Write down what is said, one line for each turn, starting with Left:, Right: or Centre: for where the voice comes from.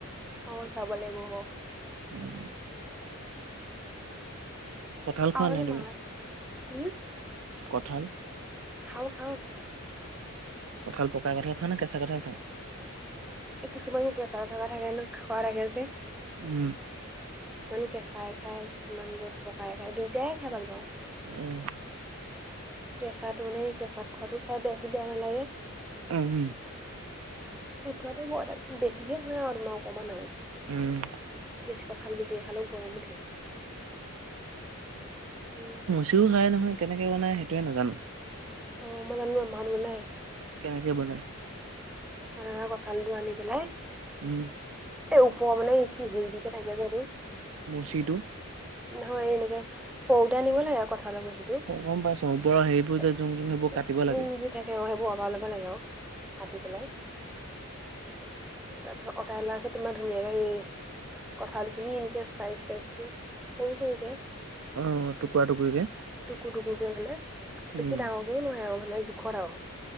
Centre: অ', চাব লাগিব বাৰু।
Right: উম। কঠাল
Centre: খাওঁ
Right: খোৱা
Centre: মানে
Right: নাই তুমি?
Centre: মায়ে উম
Right: কঠাল।
Centre: খাওঁ, খাওঁ।
Right: কঁঠাল পকা কঠাল খোৱা নে কেঁচা কঠাল খোৱা?
Centre: এই কিছুমান কেঁচা থকা থাকে ন খোৱা থাকে যে।
Right: উম
Centre: কিছুমান কেঁচাই খাই, কিছুমান যে পকাই খায় দুয়টাইে খাই ভাল পাওঁ।
Right: উম।
Centre: কেঁচাটো মানে সেই কেঁচাত খোৱাটো খাই বেছি বেয়া নালাগে।
Right: উম, উম।
Centre: সট খোৱাটো বৰ এটা বেছিকে নহয় আৰু তোমাৰ অকণমান আৰু।
Right: উম
Centre: বেছ কঠাল বেছিকে খালেও গৰম উঠে। উম।
Right: চিও খাই নহয় কেনেকে বনাই সেইটোৱে নাজানোঁ।
Centre: অ', মই জানোঁ, আমাৰ ঘৰত বনাই।
Right: কেনেকে বনাই?
Centre: ৰা কঠালটো আনি পেলাই,
Right: উম
Centre: এই ওপৰ মানে হেৰী তোযে থাকে যেই এইটো
Right: মুচিটো
Centre: নহয় এনেকে সৰুতে আনিব লাগে কঠালৰ মুচি। জুংবোৰ
Right: গম পাইছো ওপৰৰ হেৰিবোৰ যে জোং জোং সেইবোৰ কাটিব লাগে
Centre: থাকে অ', সেইবোৰ আতৰাই লব লাগে আৰু। কাটি পেলাই। তাৰপিছত অতাই লোৱা পিছত তোমাৰ ধুনীয়াকে এই- কঁঠাল খিনি এনেকে চাইচ চাইচ কে সৰু, সৰুকে
Right: অ টুকুৰা টুকুৰিকে
Centre: টুকুৰ টুকুৰকে মানে,
Right: উম
Centre: বেছি ডাঙৰ নহয়ে আৰু মানে জোখৰ আৰু।